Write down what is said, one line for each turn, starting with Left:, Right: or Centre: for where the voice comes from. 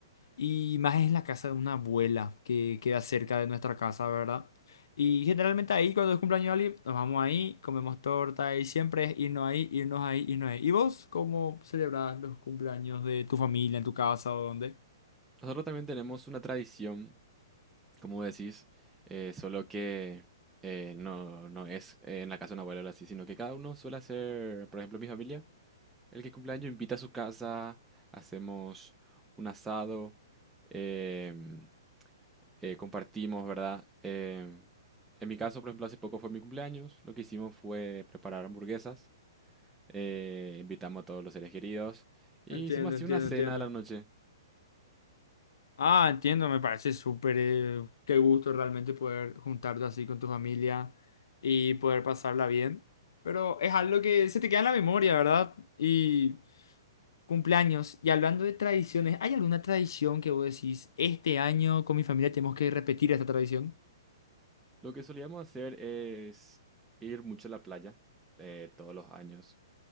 Left: y más en la casa de una abuela que queda cerca de nuestra casa, ¿verdad? Y generalmente ahí, cuando es cumpleaños de alguien, nos vamos ahí, comemos torta y siempre es irnos ahí, irnos ahí, irnos ahí. ¿Y vos cómo celebrás los cumpleaños de tu familia, en tu casa o dónde?
Centre: Nosotros también tenemos una tradición, como decís, eh, solo que eh, no, no es eh, en la casa de una abuela o así, sino que cada uno suele hacer, por ejemplo, mi familia, el que cumpleaños invita a su casa, hacemos un asado, em, eh, compartimos, ¿verdad? Em, en mi caso, por ejemplo, hace poco fue mi cumpleaños, lo que hicimos fue preparar hamburguesas eh, invitamos a todos los seres queridos y
Left: Entiendo,
Centre: hicimos así
Left: entiendo,
Centre: una cena
Left: entiendo.
Centre: a la noche.
Left: Ah, entiendo, me parece súper, eh, qué gusto realmente poder juntarte así con tu familia y poder pasarla bien. Pero es algo que se te queda en la memoria, ¿verdad? Y cumpleaños. Y hablando de tradiciones, ¿hay alguna tradición que vos decís, este año con mi familia tenemos que repetir esta tradición?
Centre: Lo que solíamos hacer es ir mucho a la playa eh, todos los años,